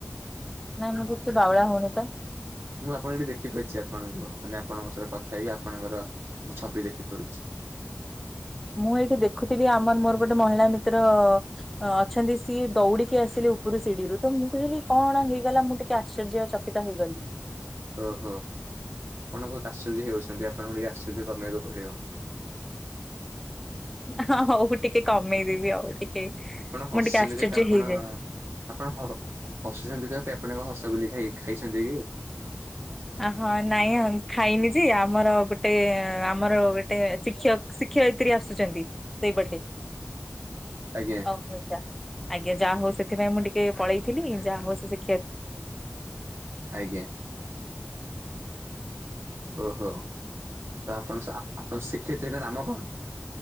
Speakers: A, in the centre; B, on the right.
A: ନାାଇଁ ମୁ କିଛି ବାଉଳ ହଉନି ତ
B: ମୁଁ ଆପଣ ଏଠି ଦେଖିପାରୁଛି ଆପଣଙ୍କୁ ମାନେ ଆପଣଙ୍କ ସହିତ କଥା ହେଇକି ଆପଣଙ୍କର ମୁଁ ଛବି ଦେଖି ପାରୁଛି
A: ମୁଁ ଏଇଠି ଦେଖୁଥିଲି ଆମର ମୋର ଗୋଟେ ମହିଳା ମିତ୍ର ଅ ଅଛନ୍ତି ସିଏ ଦୌଡ଼ିକି ଆସିଲେ ଉପରୁ ସିଡ଼ିରୁ ତ ମୁଁ କହିଲି କଣ ହେଇଗଲା ମୁଁ ଟି କେ ଆଶ୍ଚର୍ଯ୍ୟ ଚକିତ ହେଇଗଲି
B: ଓହୋ କପଣ ବହୁତ ଆଶ୍ଚର୍ଯ୍ୟ ହେଇଯାଉଛନ୍ତି ଆପଣଙ୍କୁ ଟିକେ ଆଶ୍ଚର୍ଯ୍ୟ କମେଇବାକୁ ପଡ଼ିବ।
A: ହଁ ହଉ ଟିକେ କମେଇଦେବି ଆଉ ଟିକେ
B: ଆପଣ ହଶୁଛନ୍ତି
A: ମୁଁ ଟିକେ ଆଶ୍ଚର୍ଯ୍ୟ
B: କେ ତ ଆପଣ
A: ହେଇଯାଏ।
B: ଆପଣ ହ ହସୁଛନ୍ତି କାହା ପାଇଁ ଆପଣ କଣ ହସ ଗୁଲି ଖାଇ ଖାଇଛନ୍ତି କି?
A: ଆ ହଁ ନାଇଁଁ ହଁ ଖାଇନି ଯେ ଆମର ଗୋଟେ ଆମର ଗୋଟେ ଶିକ୍ଷ ଶିକ୍ଷୟିତ୍ରୀ ଆସୁଛନ୍ତି ସେଇପଟେ
B: ଆଜ୍ଞା।
A: ଓ ହଉ ଯା ଆଜ୍ଞା ଯାହା ହଉ ସେଥିପାଇଁ ମୁଁ ଟିକେ ପଳେଇଥିଲି ଯାହା ହଉ ସେ ସେ
B: ଆଜ୍ଞା। ଓହୋ ତ ଆପଣ ଆପଣ ଶିକ୍ଷୟିତ୍ରୀଙ୍କ ନାମ କଣ?